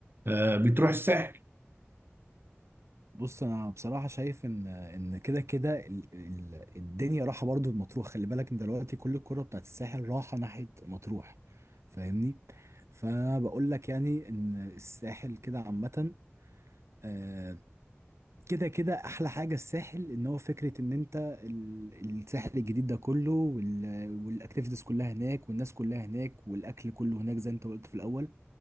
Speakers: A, on the right (about 50°); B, on the right (about 75°).
A: آه، بتروح الساحل
B: بص انا بصراحه شايف ان ان كده كده ال- ال- الدنيا راحه برضو لمطروح خلي بالك انت دلوقتي كل الكره بتاعت الساحل راحه ناحيه مطروح فاهمني فانا بقول لك يعني ان الساحل كده عامه آه، كده كده احلى حاجه الساحل ان هو فكره ان انت ال- الساحل الجديد ده كله وال- والاكتيفيتيز كلها هناك والناس كلها هناك والاكل كله هناك زي انت قلت في الاول